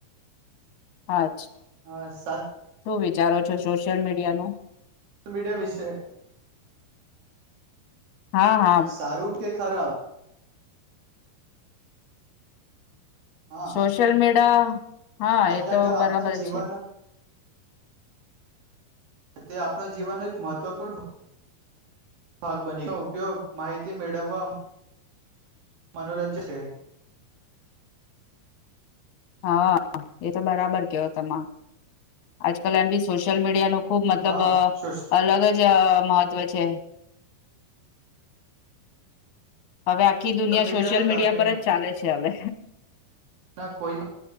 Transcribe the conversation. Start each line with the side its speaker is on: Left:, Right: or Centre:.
Left: હા
Right: હાશ
Left: શું વિચારો છો સુસ સોશલ મીડિયાનું
Right: સોશિયલ મીડિયા વિશે
Left: હા હા
Right: સારું કે ખરાબ હા
Left: સોશિલ મીડિ દા હા
Right: આજના
Left: એ તો બરાબર
Right: આપણા જીવન
Left: છે
Right: તે આપણ જીવન એક મહત્વપૂર્ણ ભાગ બની ઉપયોગ માહિતી મેળવવા મનોરંજ છે
Left: હા એ તો બરાબર કેવ તમાં આજ કલ એમ બી સોશિલ મીડિ તેનો ખુબ મતલબ
Right: હા સોશિયલ
Left: અલગ જ <unintelligible> મહત્વ છે હવે આખી દુનિયા
Right: મીડિયાના
Left: સોશિયલ મીડિયા
Right: કારણે
Left: પર જ ચાલે છે હવે
Right: ના કોઈ